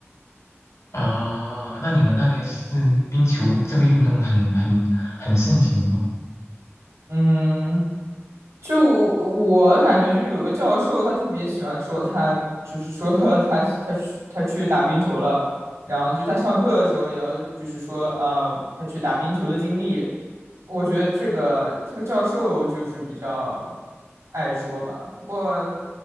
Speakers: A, on the left; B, on the right.
A: 啊，那你们那边是冰球这个运动很很很盛行吗？
B: 嗯，就我感觉，就有个教授，他特别喜欢说他，就是说 <laughs> 他他去他去打冰球了，然后就他上课的时候也要就是说，呃，他去打冰球的经历。我觉得这个这个教授就是比较爱说吧，不过